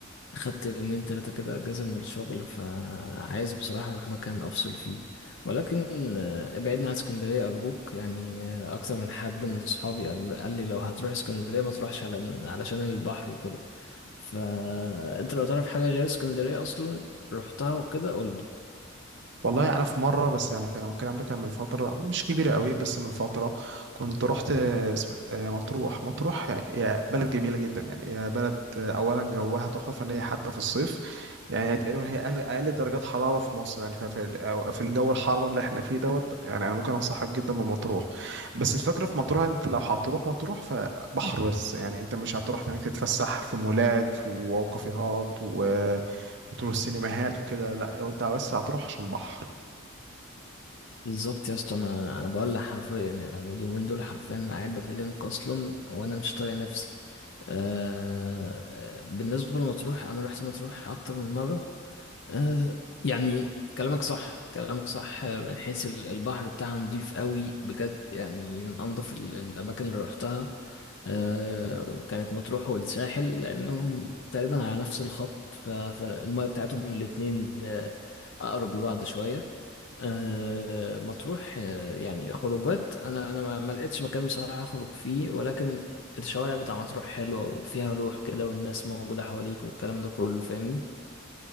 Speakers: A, on the left (about 60°); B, on the right (about 60°).
A: خدت يومين ثلاثه كده اجازه من الشغل فعايز بصراحه اروح مكان افصل فيه ولكن آه، ابعدنا عن اسكندريه ارجوك يعني آه، اكتر من حد من اصحابي قال قال لي لو هتروح اسكندريه ما تروحش على علشان البحر وكده فانت لو تعرف حاجه غير اسكندريه اصلا رحتها وكده قول لي
B: والله انا في مره بس يعني كان الكلام ده كان من فتره مش كبيره قوي بس من فتره كنت رحت اسم- آه، مطروح مطروح يا بلد جميله جدا يعني يا بلد آه، اولا جوها تحفه فنيه حتى في الصيف يعني تقريبا هي اقل أقل درجات حراره في مصر يعني في في في الجو الحر اللي احنا فيه دوت يعني انا ممكن انصحك جدا بمطروح بس الفكره في مطروح انت لو هتروح مطروح فبحر بس يعني انت مش هتروح هناك تتفسح في مولات وكافيهات و- وتروح سينماهات وكده لا هو انت بس هتروح عشان بحر
A: بالظبط يا اسطى انا انا بقول لك حرفيا يعني اليومين دول حرفيا انا قاعد بكلمك اصلا وانا مش طايق نفسي آه بالنسبه لمطروح انا رحت مطروح اكتر من مره آه يعني كلامك صح كلامك صح آه، من حيث ال- البحر بتاعها نضيف قوي بجد يعني من انضف ال- الاماكن اللي رحتها آه كانت مطروح والساحل لانهم تقريبا على نفس الخط ف- فالميه بتاعتهم الاتنين آه، اقرب لبعض شويه آه، مطروح آه، يعني خروجات انا انا ما ما لقيتش مكان بصراحه اخرج فيه ولكن الشوارع بتاع مطروح حلوه وفيها روح كده والناس موجوده حواليك والكلام ده كله فاهمني